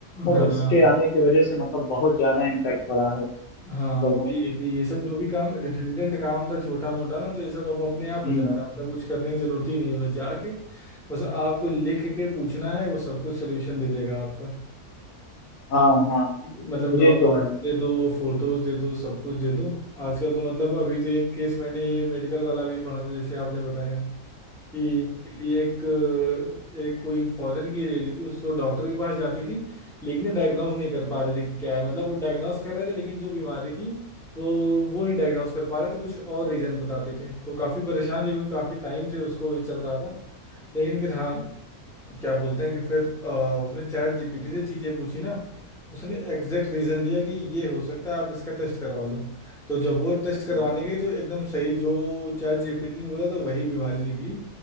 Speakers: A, on the left; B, in the centre.
A: मतलब
B: हाँ
A: इसके आने की वजह से मतलब बहुत ज्यादा इम्पेक्ट पड़ा है
B: हाँ
A: मतलब
B: वही
A: वो-
B: है कि ये सब जो भी काम रिडंडेंट काम था छोटा मोटा ना तो ये सब अब अपने आप
A: हम्म
B: हो जा रहा है मतलब कुछ करने की जरूरत ही नहीं है बस जाके बस आपको लिख के पूछना है वो सब कुछ सोल्यूशन दे देगा आपका
A: हाँ हाँ
B: मतलब
A: ये
B: डॉक्यूमेंट
A: तो है
B: दे दो फोटोज दे दो सब कुछ दे दो आजकल तो मतलब अभी तो एक केस मैंने ये मेडिकल वाला भी पढ़ा था जैसे आपने बताया कि किसी एक एक कोई फॉरेन की लेडी थी उसको डॉक्टर के पास जाती थी लेकिन वो डायग्नोज नहीं कर पा रहे थे कि क्या है मतलब वो डायग्नोज कर रहे थे लेकिन जो बीमारी थी वो वो नहीं डायग्नोज कर पा रहे थे कुछ और रीजन बताते थे तो काफी परेशान थे क्योंकि काफी टाइम से उसको ये चल रहा था लेकिन फिर हाँ क्या बोलते हैं कि फिर अ, उसने चैट जीपीटी से चीजें पूछी ना तो उसने एग्जैक्ट रीजन दिया कि ये हो सकता है आप इसका टेस्ट करवा लो तो जब वो टेस्ट करवाने
A: हाँ
B: गई तो एकदम सही जो चैट जीपीटी ने बोला तो वही बीमारी निकली